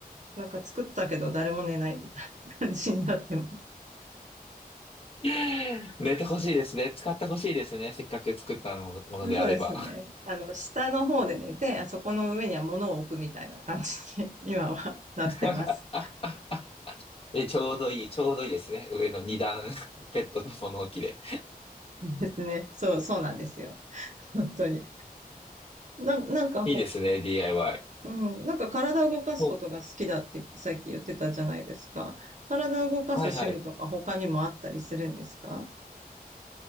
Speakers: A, on the right; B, on the left.
A: なんか作ったけど誰も寝ないみたいな感じになってます。
B: ー、<laughs> 寝てほしいですね。使ってほしいですね。せっかく作ったのものであれば。
A: そうですね。あの、下の方で寝て、あそこの上には物を置くみたいな感じに <laughs> 今はなってます。
B: <laughs> で、ちょうどいい、ちょうどいいですね。上の二段 <laughs> ベッドの物置で。
A: ですね。そう、そうなんですよ。<laughs> 本当に。な、なんかほ、
B: いいですね、DIY。
A: うん、なんか体を動かすことが好きだってさっき言ってたじゃないですか。
B: お、ほ
A: 体を動かす趣味とか他にもあったりするんですか
B: はいはい。